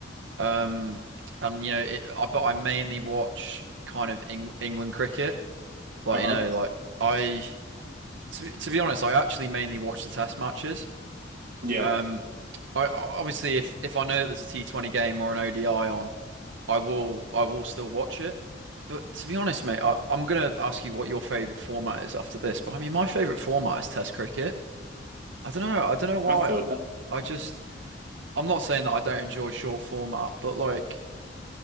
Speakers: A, on the right; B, on the right.
A: Um, and you know, it, I, but I mainly watch kind of Eng England cricket. Like
B: Uh-huh.
A: you know, like I to, to be honest, I actually mainly watch the test matches.
B: Yeah,
A: Um, I obviously if if I know that there's a T20 game or an ODI on, I will I will still watch it. But to be honest, mate, I, I'm gonna ask you what your favorite format is after this. But I mean, my favorite format is Test cricket. I don't know. I don't know why.
B: I feel
A: I,
B: that.
A: I just I'm not saying that I don't enjoy short format, but like